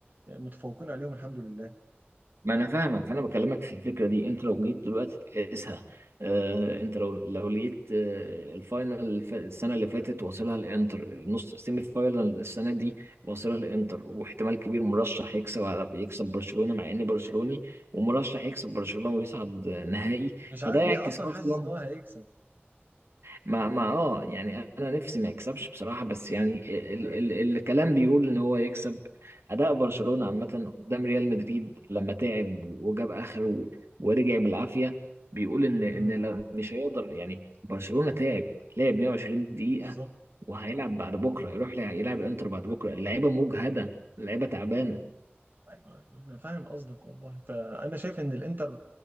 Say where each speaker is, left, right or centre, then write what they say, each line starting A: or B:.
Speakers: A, on the right (about 50°); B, on the right (about 85°).
A: متفوقين عليهم الحمد لله
B: ما انا فاهمك فانا بكلمك في الفكره دي انت لو جيت دلوقتي تقيسها آه انت لو لو لقيت آه الفاينل الف- السنه اللي فاتت واصلها الانتر النص سيمي فاينل السنه دي واصلها الانتر واحتمال كبير مرشح يكسب على يكسب برشلونه مع اني برشلوني ومرشح يكسب برشلونه ويصعد نهائي
A: مش
B: فده
A: عارف
B: يعكس
A: ليه اصلا
B: اصلا
A: حاسس ان هو هيكسب
B: ما ما اه يعني انا نفسي ما يكسبش بصراحه بس يعني ال ال ال الكلام بيقول ان هو يكسب اداء برشلونه
A: امم
B: عامه قدام ريال مدريد لما تعب وجاب اخره ورجع بالعافيه بيقول ان ان
A: امم
B: لا- مش هيقدر يعني برشلونه تعب لعب 120 دقيقه
A: بالظبط
B: وهيلعب بعد بكره يروح لع- يلعب انتر بعد بكره اللعيبه مجهده اللعيبه تعبانه
A: ايوه ايوه انا فاهم قصدك والله فانا شايف ان الانتر